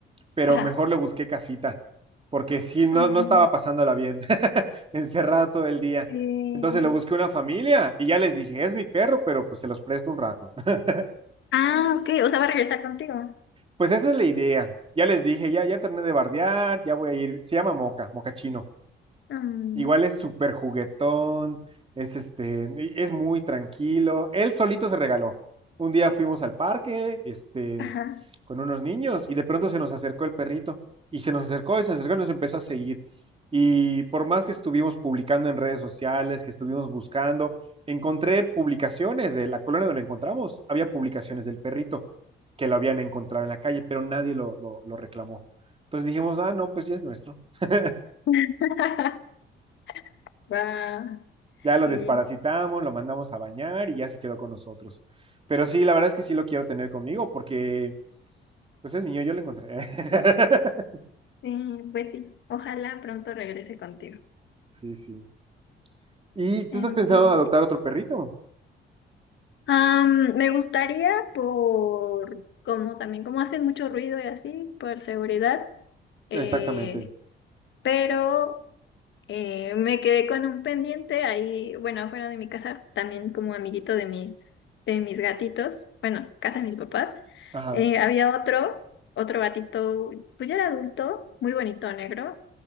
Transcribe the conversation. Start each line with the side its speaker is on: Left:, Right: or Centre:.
Right: pero
Left: ajá.
Right: mejor le busqué casita, porque sí, no,
Left: Ah,
Right: no estaba pasándola bien, <laughs> encerrado todo el día.
Left: sí.
Right: Entonces le busqué una familia y ya les dije, es mi perro, pero pues se los presto un rato. <laughs>
Left: Ah, ok. O sea, va a regresar contigo.
Right: Pues esa es la idea. Ya les dije, ya, ya terminé de bardear, ya voy a ir. Se llama Moca, Moca Chino.
Left: Mm,
Right: Igual es súper juguetón, es este, y es muy tranquilo. Él solito se regaló. Un día fuimos al parque, este,
Left: ajá.
Right: con unos niños, y de pronto se nos acercó el perrito, y se nos acercó, y se acercó, y nos empezó a seguir. Y por más que estuvimos publicando en redes sociales, que estuvimos buscando, encontré publicaciones de la colonia donde lo encontramos. Había publicaciones del perrito que lo habían encontrado en la calle, pero nadie lo, lo, lo reclamó. Entonces dijimos, ah, no, pues ya es nuestro. <laughs>
Left: <laughs> Guau,
Right: ya lo
Left: Sí,
Right: desparasitamos, lo mandamos a bañar y ya se quedó con nosotros. Pero sí, la verdad es que sí lo quiero tener conmigo porque, pues es mío, yo lo encontré. <laughs>
Left: sí, pues sí. Ojalá pronto regrese contigo.
Right: Sí, sí. ¿Y tú
Left: En
Right: estás pensando
Left: fin.
Right: adoptar otro perrito?
Left: Am, me gustaría por, como también, como hacen mucho ruido y así, por seguridad, eh,
Right: Exactamente.
Left: pero eh, me quedé con un pendiente ahí, bueno, afuera de mi casa, también como amiguito de mis, de mis gatitos, bueno, casa de mis papás.
Right: Ajá.
Left: Eh, había otro, otro gatito, pues ya era adulto, muy bonito, negro,